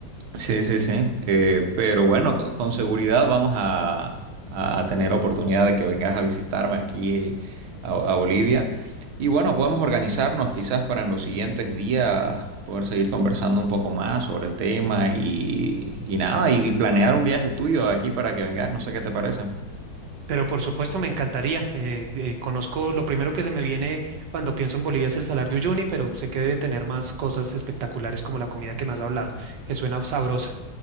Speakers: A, on the right (about 85°); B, on the right (about 65°).
A: Sí, sí, sí. Eh, pero bueno, co- con, seguridad vamos a, a- a tener oportunidad de que vengas a visitarme aquí eh, a, a Bolivia. Y bueno, podemos organizarnos quizás para en los siguientes días poder seguir conversando un poco más sobre el tema y, y nada, y, y planear un viaje tuyo aquí para que vengas. No sé qué te parece.
B: Pero por supuesto, me encantaría. Eh, eh, conozco lo primero que se me viene cuando pienso en Bolivia es el Salar de Uyuni, pero sé que debe tener más cosas espectaculares como la comida que me has hablado, que suena sabrosa.